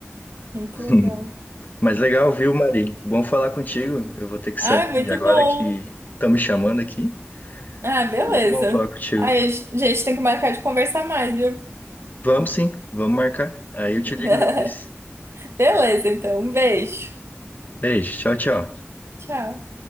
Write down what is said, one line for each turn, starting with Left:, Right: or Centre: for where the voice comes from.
Right: Muito
Left: <laughs>
Right: legal.
Left: Mas legal, viu, Mari? Bom falar contigo. Eu vou ter que
Right: Ah,
Left: sair
Right: muito
Left: agora
Right: bom.
Left: que estão me chamando aqui.
Right: Ah, beleza.
Left: Foi muito bom falar contigo.
Right: Aí, gente, tem que marcar de conversar mais, viu?
Left: Vamos sim, vamos marcar. Aí
Right: <laughs>
Left: eu te ligo depois.
Right: Beleza, então. Um beijo.
Left: Beijo, tchau, tchau.
Right: Tchau.